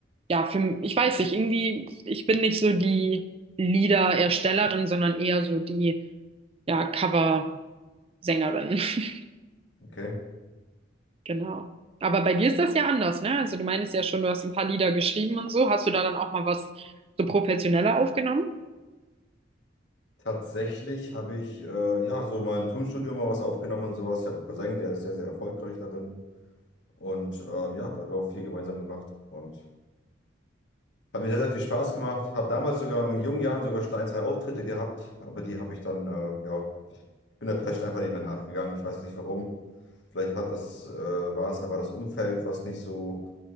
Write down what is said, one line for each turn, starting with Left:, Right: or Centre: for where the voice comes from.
Right: ja, für, ich weiß nicht, irgendwie, ich bin nicht so die Liedererstellerin, sondern eher so die, ja, Cover-Sängerin. <laughs>
Left: Okay.
Right: Genau. Aber bei dir ist das ja anders, ne? Also du meinst ja schon, du hast ein paar Lieder geschrieben und so. Hast du da dann auch mal was so professioneller aufgenommen?
Left: Tatsächlich habe ich äh, ja so mal im Tonstudio mal was aufgenommen und sowas. Ich habe einen Cousin, der ist sehr, sehr erfolgreich darin. Und ähm, ja, da haben wir auch viel gemeinsam gemacht und hat mir sehr, sehr viel Spaß gemacht. Habe damals sogar in jungen Jahren sogar schon ein, zwei Auftritte gehabt, aber die habe ich dann, äh, ja, ich bin der Passion einfach nicht mehr nachgegangen. Ich weiß nicht warum. Vielleicht hat das, äh, war es aber das Umfeld, was nicht so,